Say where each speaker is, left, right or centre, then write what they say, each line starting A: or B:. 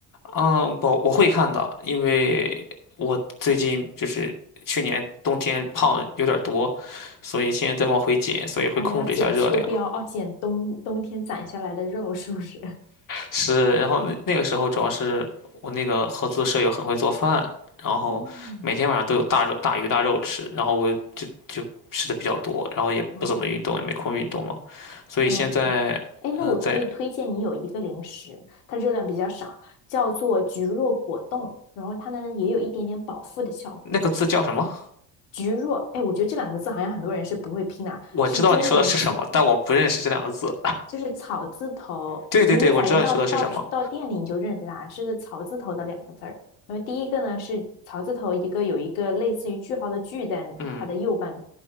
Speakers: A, on the left; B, on the left.
A: 嗯，我我会看的，因为我最近就是去年冬天胖的有点多，所以现在在往回减，所以会控制一下热量。
B: 哦，要减秋膘，哦，减冬冬天攒下来的肉，是不是？
A: 是，然后那那个时候主要是我那个合租的舍友很会做饭，然后每天晚上都有大肉大鱼大肉吃，
B: 嗯，
A: 然后我就就吃的比较多，然后也不怎么运动，
B: 哦，
A: 也没空运动嘛，所以现在
B: OK，哎，那我可以推荐你有一个零食，
A: 嗯、呃在
B: 它热量比较少，叫做菊若果冻，然后它呢也有一点点饱腹的效果。
A: 那个字叫什么？
B: 菊若，哎，我觉得这两个字好像很多人是不会拼的，
A: 我知道你说的是什么，
B: 是中文字，
A: 但我不认识这两个字。
B: 就是草字头。
A: 对对对，
B: 你你反正到到到店里你就认识它，
A: 我知道你说的是什么。
B: 是草字头的两个字儿。那么第一个呢是草字头一个有一个类似于句号的句在它的右半
A: 嗯